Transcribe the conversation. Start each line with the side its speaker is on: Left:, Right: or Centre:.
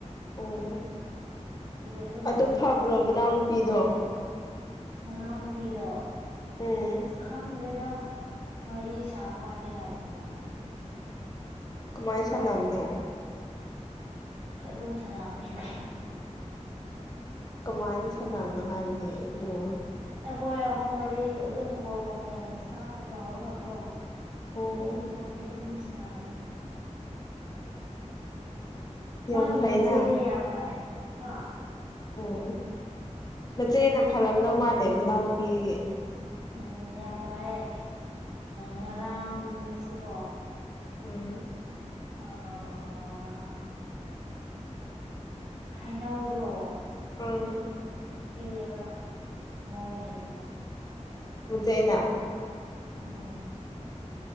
Left: ꯑꯣ
Right: ꯑꯗꯨꯝ
Left: ꯑꯗꯣ
Right: ꯋꯥꯔꯤ
Left: ꯐꯕ꯭ꯔꯣ ꯃꯅꯥꯎꯅꯨꯄꯤꯗꯣ
Right: ꯃꯅꯥꯎꯅꯨꯄꯤꯗꯣ
Left: ꯎꯝ
Right: ꯑꯁ ꯈꯪꯗꯦꯗ ꯋꯥꯔꯤꯔꯤ ꯁꯥꯕꯨ ꯋꯥꯅꯤ ꯌꯥꯝ ꯅꯨꯡꯉꯥꯏ
Left: ꯀꯃꯥꯏꯅ ꯁꯥꯟꯅꯕꯅꯣ
Right: ꯑꯗꯨꯝ ꯁꯅꯥꯅꯕꯅꯤ ꯀꯩꯅꯣ
Left: ꯀꯃꯥꯏꯅ ꯁꯥꯟꯅꯕꯅꯣ ꯍꯥꯏꯕꯅꯦ ꯑꯗꯨꯗꯣ
Right: ꯑꯩꯈꯣꯏ ꯑꯍꯨꯝ ꯃꯔꯤ ꯑꯗꯨꯝ ꯀꯣꯜ ꯀꯣꯟꯐꯔꯦꯟꯁ ꯇꯧꯔꯒꯀꯣ
Left: ꯑꯣ
Right: ꯋꯥꯔꯤ ꯑꯗꯨꯝ ꯁꯅꯥꯕꯅꯤꯗ ꯃꯥꯒꯤ
Left: ꯌꯥꯝ ꯐꯩꯅ
Right: ꯃꯆꯦꯗꯤ ꯌꯥꯝ ꯐꯥꯏ ꯑ
Left: ꯎꯝ ꯃꯆꯦꯅ ꯐꯔꯝꯗꯧ ꯃꯥꯜꯂꯦ ꯃꯅꯥꯎꯅꯨꯄꯤꯗꯒꯤ
Right: ꯎꯝ ꯌꯥꯝ ꯐꯩꯌꯦ ꯉꯔꯥꯡꯁꯨꯀꯣ
Left: ꯑꯥ
Right: ꯑ ꯍꯅꯥꯎꯗꯣ
Left: ꯑꯥ
Right: ꯄꯤꯌꯦꯕ ꯃꯣꯏꯒꯤ
Left: ꯃꯆꯦꯅ
Right: ꯎꯝ